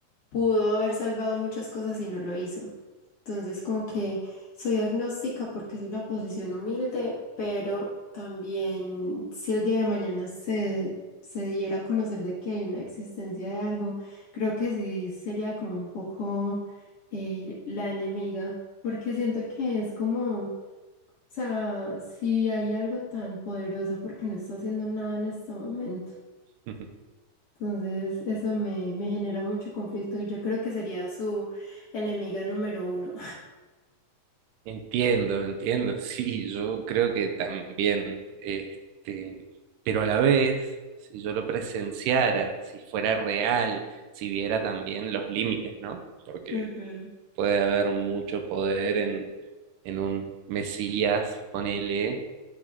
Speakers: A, on the left (about 55°); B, on the right (about 75°).
A: pudo haber salvado muchas cosas y no lo hizo. Entonces, como que soy agnóstica porque es una posición humilde, pero también si el día de mañana se, se diera a conocer de que hay una existencia de algo, creo que sí sería como un poco eh, la enemiga, porque siento que es como, o sea, si hay algo tan poderoso, porque no está haciendo nada en este momento?
B: <laughs>
A: Entonces, eso me, me genera mucho conflicto y yo creo que sería su enemiga número uno.
B: Entiendo, entiendo, <laughs> sí, yo creo que también, este, pero a la vez, si yo lo presenciara, si fuera real, si viera también los límites, ¿no? Porque
A: <laughs>
B: puede haber mucho poder en, en un Mesías, ponele,